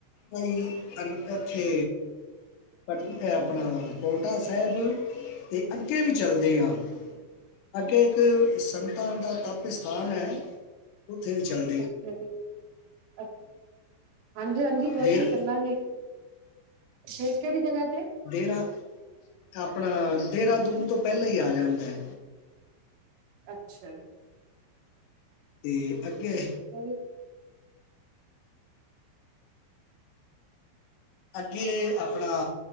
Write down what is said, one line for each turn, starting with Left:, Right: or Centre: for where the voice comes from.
Left: ਕਈ ਏਨੂੰ ਐਥੇ ਆਪਣੀ ਫੈਮਿਲੀ ਨਾਲ, ਪੋਂਟਾ ਸਾਹਿਬ ਦੇ ਅੱਗੇ ਵੀ ਚੱਲਦੇ ਹਾਂ। ਅੱਗੇ ਇੱਕ ਸੰਤਾ ਦਾ ਤਪ ਸਥਾਨ ਹੈ। ਉੱਥੇ ਵੀ ਚਲ
Right: ਅੱਛਾ ਜੀ। ਅ ਹਾਂਜੀ-ਹਾਂਜੀ ਕੋਈ
Left: ਦੇਰ
Right: ਨੀ ਚੱਲਾਂਗੇ। ਸ਼ਿਵਕੇ ਦੀ ਜਗ੍ਹਾ ਤੇ।
Left: ਡੇਰਾ। ਆਪਣਾ ਦੇਰਾਦੂਨ ਤੋਂ ਪਹਿਲਾਂ ਹੀ ਆ ਜਾਂਦਾ ਐ।
Right: ਅੱਛਾ।
Left: ਤੇ ਅੱਗੇ
Right: ਉਹ ਵੀ
Left: ਅੱਗੇ ਆਪਣਾ।